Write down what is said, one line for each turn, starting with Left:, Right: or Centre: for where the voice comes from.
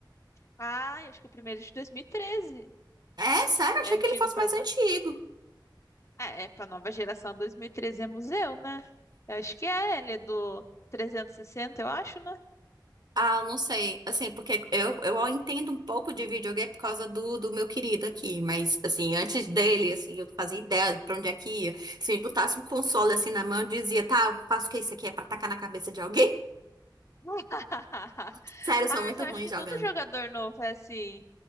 Left: Ah, eu acho que o primeiro é de 2013.
Right: É, sério, achei
Left: É antigo
Right: que ele fosse
Left: pra.
Right: mais
Left: vo-
Right: antigo.
Left: É, é pra nova geração 2013 é museu, né? Eu acho que é, ele é do 360, eu acho, né?
Right: Ah, eu não sei. Assim, porque eu, eu entendo um pouco de videogame por causa do, do meu querido aqui. Mas, assim, antes dele, assim, eu não fazia ideia de pra onde é que ia. Se me botasse um console assim na mão, eu dizia, tá, eu faço o que isso aqui é pra tacar na cabeça de alguém?
Left: <laughs>
Right: <laughs> Sério, eu sou
Left: Ah,
Right: muito
Left: mas eu
Right: ruim
Left: acho que
Right: jogando.
Left: todo jogador novo é assim.